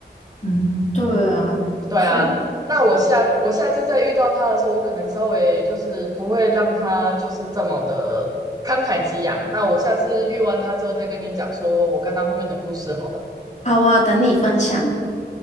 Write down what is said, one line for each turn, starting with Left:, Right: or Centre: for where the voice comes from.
Left: 嗯，对啊，
Right: 对啊，
Left: 所以
Right: 那我下我下次再遇到他的时候，我可能稍微就是不会让他就是这么的慷慨激昂。那我下次遇完他之后再跟你讲，说我跟他后面的故事好了。
Left: 好啊，等你分享。